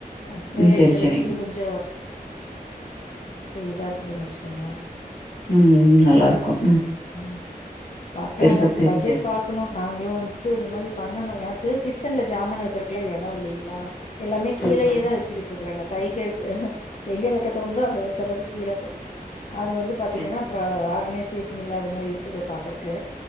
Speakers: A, on the left; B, on the left.
A: அ ஸ்ப்ரே
B: ம். சரி,
A: அடிக்கிறத
B: சரிங்க.
A: விட இது கொஞ்ச எ இதா இருக்குதுன் வச்சுக்கோங்களே
B: ம். நல்லாருக்கும்.
A: ம் பாக்கலாங்க
B: பெருசா தெரியாது.
A: பட்ஜெட் பாக் க்கணு நாங்களு வந்துட்டு இந்த மாரி பண்ணணு எனக்கு கிச்சன்ல ஜாமன் வெக்கறக் லா எடோ இல்லைங்களா எல்லாமே
B: சரிங்க.
A: கீழயே தா வெச்சுக்கிட்டு இருக்குறங்க கைக்கு எடுத் ஆ ஹ எங்க வெக்க தோணுதோ அங்க வெச்சறது கீழக்கு அது வந்து பாத்தீங்கனா
B: சரி.
A: ஆ ஆர்கனிசேஷன் இல்லாத மாரி இருக்குது பாக்கறக்கு